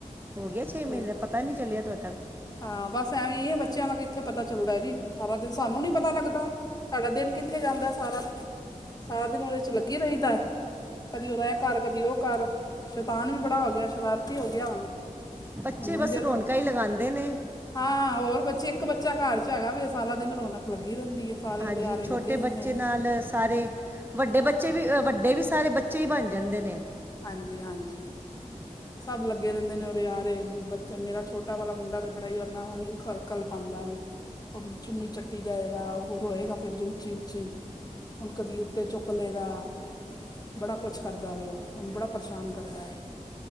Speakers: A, on the right; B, on the left.
A: ਹੋ ਗਿਆ ਛੇ ਮਹੀਨੇ
B: ਤੇ
A: ਦਾ ਪਤਾ ਨੀ ਚੱਲਿਆ ਤੁਹਾਡਾ।
B: ਹਾਂ ਬਸ ਐਵੇਂ ਹੀ ਹੈ ਬੱਚਿਆਂ ਦਾ ਕਿੱਥੇ ਪਤਾ ਚੱਲਦਾ ਜੀ ਸਾਰਾ ਦਿਨ ਸਾਨੂੰ ਨੀ ਪਤਾ ਲੱਗਦਾ। ਸਾਡਾ ਦਿਨ ਕਿੱਥੇ ਜਾਂਦਾ ਸਾਰਾ, ਸਾਰਾ ਦਿਨ ਉਹਦੇ ਚ ਲੱਗੇ ਰਹੀਦਾ। ਕਦੀ ਇਹ ਕਰ, ਕਦੀ ਉਹ ਕਰ, ਸ਼ੈਤਾਨ ਵੀ ਬੜਾ ਹੋ ਗਿਆ ਸ਼ਰਾਰਤੀ ਹੋ ਗਿਆ ਹੁਣ।
A: ਬੱਚੇ
B: ਹੁਣ ਮੰਜੇ
A: ਬਸ
B: ਤੋਂ
A: ਰੌਣਕਾ ਹੀ ਲਗਾਉਂਦੇ ਨੇ।
B: ਹਾਂ ਹੋਰ ਬੱਚੇ ਇੱਕ ਬੱਚਾ ਘਰ 'ਚ ਹੈਗਾ ਵੀ ਸਾਰਾ ਦਿਨ ਰੌਣਕ ਲੱਗੀ ਰਹਿੰਦੀ ਹੈ ਸਾਰੇ
A: ਹਾਂਜੀ
B: ਉਹਦੇ ਆਰੇ
A: ਛੋਟੇ
B: ਲੱਗੇ ਰਹਿੰਦੇ
A: ਬੱਚੇ
B: ਆ
A: ਨਾਲ ਸਾਰੇ ਵੱਡੇ ਬੱਚੇ ਵੀ ਵੱਡੇ ਵੀ ਸਾਰੇ ਬੱਚੇ ਹੀ ਬਣ ਜਾਂਦੇ ਨੇ।
B: ਹਾਂਜੀ-ਹਾਂਜੀ
A: <inaudible>
B: ਸਭ ਲੱਗੇ ਰਹਿੰਦੇ ਨੇ ਉਹਰੇ ਆਰੇ ਬੱਚਾ ਮੇਰਾ ਛੋਟਾ ਵਾਲਾ ਮੁੰਡਾ ਤੇ ਬੜਾ ਈ ਉਹਨੂੰ ਕਲਪਾਉਂਦਾ ਵੇ। ਉਹ ਚੁੰਮੀ ਚੱਟੀ ਜਾਏਗਾ ਉਹ ਰੋਏਗਾ ਫਿਰ ਜੋ ਉੱਚੀ-ਉੱਚੀ। ਹੁਣ ਕਦੀ ਉੱਤੇ ਚੁੱਕ ਲਏਗਾ, ਬੜਾ ਕੁਛ ਕਰਦਾ ਵੇ ਉਹ। ਉਹਨੂੰ ਬੜਾ ਪਰੇਸ਼ਾਨ ਕਰਦਾ ਹੈ,